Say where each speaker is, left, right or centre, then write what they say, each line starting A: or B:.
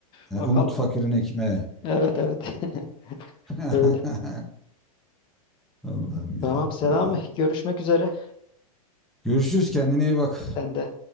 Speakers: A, in the centre; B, on the left.
A: Yani
B: bakalım.
A: Umut Fakir'in ekmeği.
B: Evet evet. <laughs>
A: <laughs>
B: Öyle.
A: Allah'ım yarabbim
B: Tamam Selami
A: ya.
B: görüşmek üzere.
A: Görüşürüz kendine iyi bak.
B: Sen de.